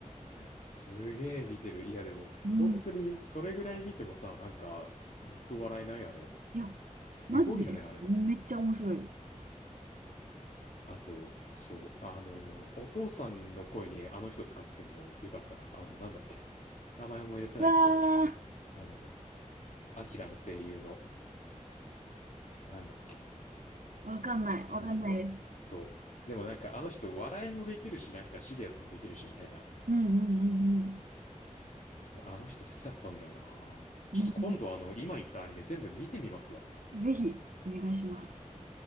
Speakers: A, on the left (about 70°); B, on the right (about 80°).
A: すげえ見てる。いやでも、
B: うん。
A: 本当にそれぐらい見てもさ、なんか、ずっと笑えない、あれ。
B: いや、
A: すごいよね、
B: マジでめっちゃ面白いです。
A: あれ。うん。あと、そう、あの、お父さんの声にあの人使ってんのよかったな。あの、なんだっけ。名前思い出せないけど、
B: うわ
A: あの、アキラの声優の、なんだっけ。
B: ー、わかんない。
A: あの人。
B: わかんないです。
A: そう。でもなんか、あの人、笑いもできるし、なんかシリアスもできるし、みたいな。
B: うんうん
A: そう、あの人好きだったんだよな。ちょっと今度あの、
B: うんうん。うん、
A: 今言ったアニメ全部見てみますわ。
B: ぜひ、お願いします。